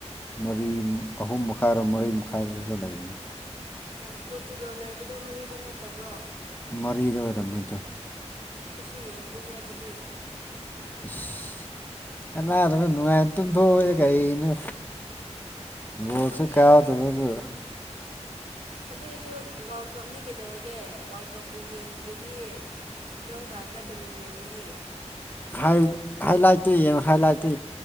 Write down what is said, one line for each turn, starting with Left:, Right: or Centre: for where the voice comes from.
Left: ꯃꯔꯤ ꯑꯍꯨꯝ ꯃꯈꯥꯏꯔꯣ ꯃꯔꯤ ꯃꯈꯥꯏꯗꯁꯨ ꯂꯩꯕꯅꯤ
Right: ꯑꯣ ꯄꯣꯔꯇꯨꯒꯜ ꯂꯩꯕꯗꯣ ꯃꯔꯤꯗ ꯅꯠꯇꯕ꯭ꯔꯣ
Left: ꯃꯔꯤꯗ ꯑꯣꯏꯔꯝꯅꯤꯗ
Right: ꯑꯩꯁꯨ ꯌꯦꯡꯒꯅꯤꯍꯦ ꯑꯗꯨꯗꯤ
Left: ꯏꯁ ꯀꯟꯅꯥꯗꯕꯗ ꯅꯨꯡꯉꯥꯏꯅ ꯇꯨꯝꯊꯣꯛꯑꯣꯗ ꯀꯔꯤꯅꯣ ꯕꯣꯜꯁꯨ
Right: ꯍꯧꯖꯤꯛ
Left: ꯀꯥꯎꯗꯕꯕꯨ
Right: ꯑꯗꯨꯏ ꯑꫭꯏꯁꯨ ꯋꯥꯔꯜ ꯀꯞꯅꯤ ꯀꯩꯗꯧꯔꯒꯦ ꯋꯥꯔꯜ ꯀꯞꯄꯨ ꯌꯦꯡꯗ꯭ꯔꯗꯤ ꯀꯔꯝ ꯀꯥꯟꯗ ꯈꯔꯤ ꯌꯦꯡꯒꯅꯤ
Left: ꯍ ꯍꯏ ꯂꯥꯏꯇ ꯍꯏ ꯂꯥꯏꯇ